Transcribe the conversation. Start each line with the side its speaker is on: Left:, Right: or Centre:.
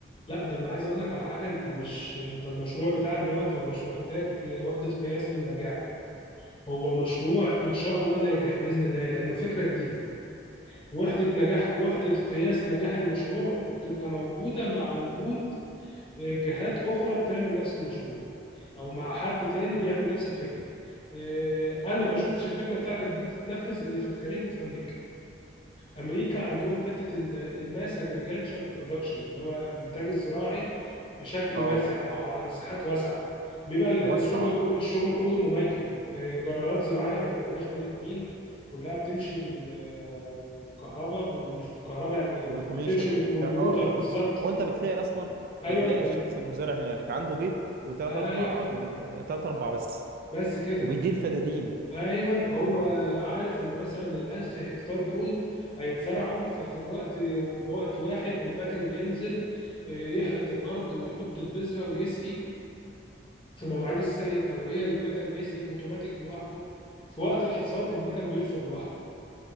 Left: لا ده أنا عايز أقول لك على حاجة أنت مش أنت المشروع بتاعك دوت هو مش محتاج وحدة قياس للنجاح هو مشروع ان شاء الله ناجح باذن الله لانه فكره جديده وحده نجاح وحده قياس نجاح المشروع بتبقى موجوده مع وجود آه، جهات اخرى بتعمل نفس المشروع او مع حد تاني بيعمل نفس الفكره آه، انا ما شفتش الفكره بتاعتك دي بتتنفذ الا في الخليج وفي امريكا امريكا عندهم حته ال- الماس اجريجلتشر برودكشن اللي هو انتاج الزراعي بشكل
Right: اه
Left: واسع او على مساحات واسعه بيبقى ال-
Right: موسع
Left: الشغل
Right: اه
Left: كو- الشغل كله مميكن آه، جرارات زراعيه ما بيركبهاش بني ادمين كلها بتمشي بال- بالكهرباء بال- مش بالكهرباء يعني
Right: بالاوتوميشن
Left: بتمشي بالكمبيوتر
Right: وبتاع اه اه
Left: بالظبط
Right: وانت بتلاقي اصلا
Left: ايوه
Right: بتلاقي
Left: ال-
Right: الشخص المزارع هناك عنده بيت وثلاث
Left: ايوه
Right: اربع وب- تلات اربع بس
Left: بس كده
Right: وبيدير فدادين
Left: ايوه هو
Right: اه
Left: عارف ان مثلا الالف هكتار دول هيتزرعوا ففي الوقت في وقت واحد المكن بينزل آه، يحرث الارض ويحط البذره ويسقي في مواعيد السقي الدوريه المكن بيسقي اوتوماتيك لوحده في وقت الحصاد المكن بيحصد لوحده